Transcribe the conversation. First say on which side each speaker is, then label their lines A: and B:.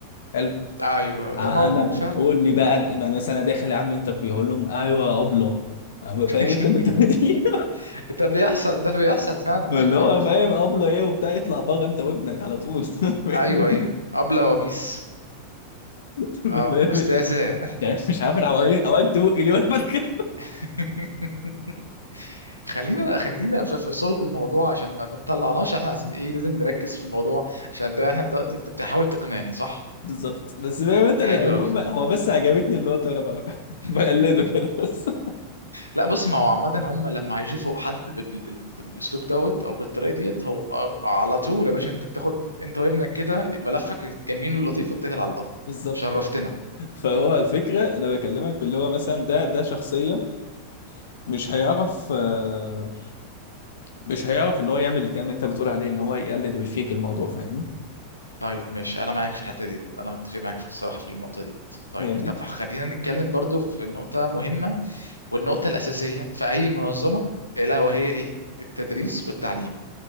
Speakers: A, on the left (about 60°); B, on the left (about 85°).
A: حلو
B: ايوه ده
A: آه
B: موجود
A: انا
B: فعلا
A: قول لي بقى انا يعني مثلا انا داخل اعمل انترفيو اقول لهم ايوه يا ابله أما
B: <laughs>
A: فاهم انت بالطريقه دي
B: ده بيحصل ده بيحصل فعلا
A: <laughs> اللي
B: ايوه
A: هو
B: ايوه
A: فاهم
B: ايوه
A: ابله ايه وبتاع يطلع بره انت وابنك على طول <laughs> فاهمني؟
B: ايوه ايوه ابله وميس
A: <laughs>
B: اه استاذه
A: يعني مش عارف انا عواجبت بقي ليه وانا بتكلم
B: <laughs> خلينا خلينا في, في صلب الموضوع عشان ما ما تطلعناش احنا عايزين ايه لازم نركز في الموضوع عشان ده احنا دلوقتي انت بتحاول تقنعني صح
A: بالظبط بس فاهم انت
B: حلو
A: لا، المهم
B: قوي
A: هو بس عجبتني النقطة وانا ب- <laughs>
B: <laughs>
A: بقلده كده بس
B: لا بص ما هو عامة هم لما هيشوفوا حد بال- بال- بال- بالاسلوب دوت او بالطريقة ديت هو أو- على طول يا باشا انت بتاخد انت وابنك كده ملفك الجميل اللطيف واتكل على الله
A: بالظبط
B: شرفتنا
A: فهو الفكرة انا بكلمك في اللي هو مثلا ده ده شخصية مش هيعرف آه، مش هيعرف ان هو يعمل الكلام اللي انت بتقول عليه ان هو يقلد ويفيك الموضوع فاهمني
B: طيب ماشي انا معاك في الحتة ديت انا متفق معاك في الصراحة في النقطة دي طيب
A: فاهمني
B: طب خلينا نتكلم برضو في نقطة مهمة والنقطة الأساسية في أي منظمة الا وهي ايه التدريس والتعليم